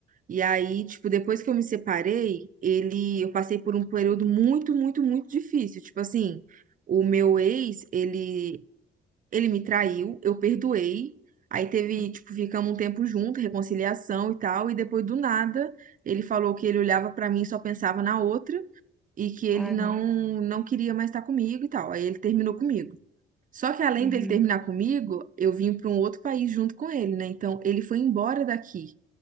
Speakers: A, on the right; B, in the centre.
A: E aí, tipo, depois que eu me separei, ele. Eu passei por um período muito, muito, muito difícil. Tipo assim, o meu ex, ele. Ele me traiu, eu perdoei. Aí teve,
B: <laughs>
A: tipo, ficamos um tempo junto, reconciliação e tal. E depois do nada, ele falou que ele olhava pra mim e só pensava na outra e que ele
B: ai,
A: não
B: meu-
A: não queria mais estar comigo e tal. Aí ele terminou comigo. Só que além
B: uhum.
A: dele terminar comigo, eu vim para um outro país junto com ele, né? Então ele foi embora daqui